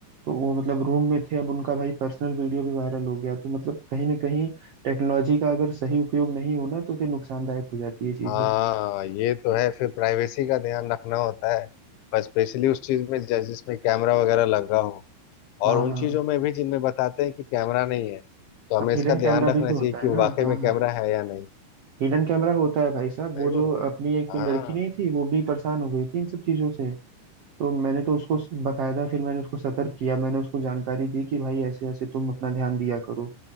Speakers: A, on the right; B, on the left.
A: तो वो मतलब रूम में थे अब उनका भाई पर्सनल वीडियो भी वायरल हो गया तो मतलब कहीं ना कहीं टेक्नोलॉजी का अगर सही उपयोग नहीं होना तो फिर नुकसानदायक हो जाती है चीजें
B: हाँ ये तो है फिर प्राइवेसी का ध्यान रखना होता है पर स्पेशली उस चीज में जैसे जिसमें कैमरा वगैरह लगा हो
A: हाँ
B: और उन
A: हाँ
B: चीजों में भी जिनमें बताते हैं कि कैमरा नहीं है तो हमें
A: हिडन
B: इसका
A: कैमरा
B: ध्यान रखना
A: भी तो
B: चाहिए
A: होता
B: कि
A: है ना
B: वाकई
A: हाँ
B: में कैमरा
A: हाँ
B: है या नहीं
A: हिडन कैमरा होता है भाई साहब वो
B: सही बोल
A: जो
B: रहे हैं
A: अपनी एक लड़की
B: हाँ
A: नहीं थी वो भी परेशान हो गई थी इन सब चीजों से तो मैंने तो उसको स- बकायदा फिर मैंने उसको सतर्क किया मैंने उसको जानकारी दी कि भाई ऐसे ऐसे तुम अपना ध्यान दिया करो